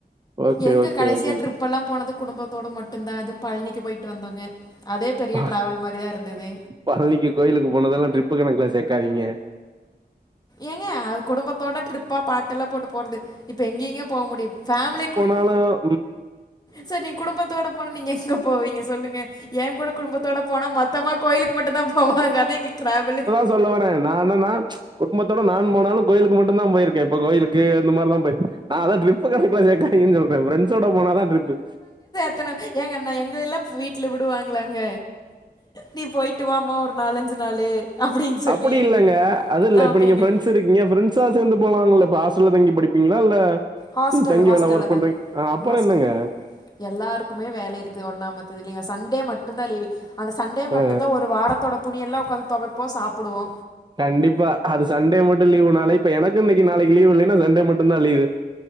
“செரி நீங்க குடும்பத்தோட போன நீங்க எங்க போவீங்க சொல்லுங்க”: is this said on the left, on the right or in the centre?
Left